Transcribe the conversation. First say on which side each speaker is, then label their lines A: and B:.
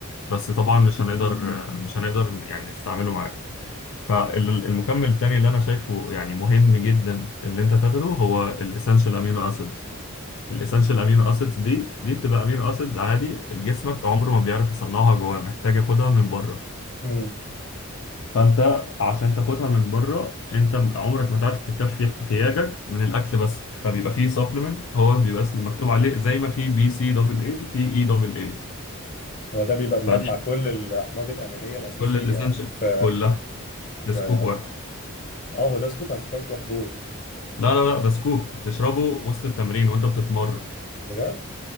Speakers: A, on the left; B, on the left.
A: بس طبعا مش هنقدر مش هنقدر يعني نستعمله معاك فالمكمل التاني اللي أنا شايفه يعني مهم جدا اللي أنت تاخده هو الإسنشال أمينو أسيدز الإسنشال أمينو أسيدز دي دي بتبقى أمينو أسيدز عادي جسمك عمره ما بيعرف يصنعها جواه محتاج ياخدها من بره
B: امم
A: فانت عشان تاخدها من بره انت عمرك ما تعرف تكفي احتياجك من الاكل بس فبيبقى فيه سبلمنت هو بيبقى اسم مكتوب عليه زي ما في بي سي دبل اي في اي دبل اي
B: هو ده بيبقى مجمع
A: فكل
B: كل الاحماض الامينيه الاساسيه
A: الاسينشال
B: في
A: كلها في
B: في
A: سكوب واحد
B: اه هو ده سكوب انا افتكرته حبوب
A: لا لا لا ده سكوب بتشربه وسط التمرين وانت بتتمرن
B: بجد